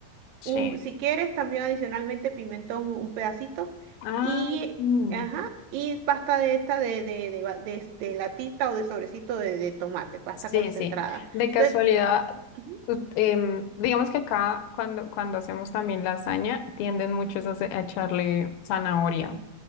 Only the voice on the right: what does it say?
un, si quieres, también adicionalmente pimentón, un pedacito,
y,
ajá, y pasta de esta de, de, de, va- de- de latita o de sobrecito de, de tomate, pasta
concentrada.
Entonces, ujú.